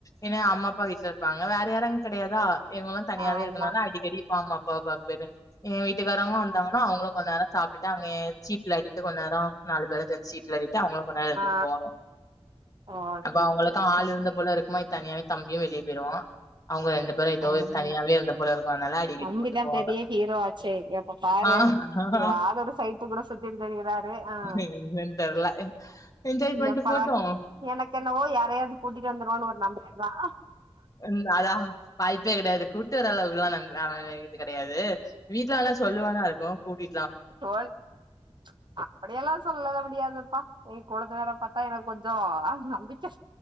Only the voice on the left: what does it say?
ஏன்னா அம்மா அப்பா வீட்ல இருப்பாங்க வேற யாரு அங் கெடையாதா இவங்களும் தனியாவே
இருக்கனால அடிக்கடி ஆம்மா அப்பாவ பாக்க போயிருவே எ வீட்டுக்காரங்க வந் இருந்தாங்கன்னா அவங்களு கொஞ்ச நேர சாப்புட்டுட்டு அங்கயே சீப் சீட்ல விட்டு கொஞ்ச நேரோ நாலு பேரு சேந்து சீட் விளாடிட்டு அவுங்களு கொஞ்ச நேரோ இருந்துட்டு
போவாங்க
அப்போ
அவுங்களுக்கு
ஆள் இருந்து போல இருக்குமா தனியாவே தம்பியும் வெளிய போயிருவா அவங்க ரெண்டு பேரு ஏதோ
தனியாவே இருந்த போல இருக்கு அதனால அடிக்கடி
கூட்டு போவாங்க
ஆஹா ஆஹா
என்னன்னு தெர்ல. என்ஜாய் பண்ட்டு
போட்டும்.
உந்து அதா வாய்ப்பே கெடையாது கூட்டு வர அளவுக்கெல்லா நம் வேற எது கெடையாது வீட்டுல வேனா சொல்லுவானா இருக்கு கூடி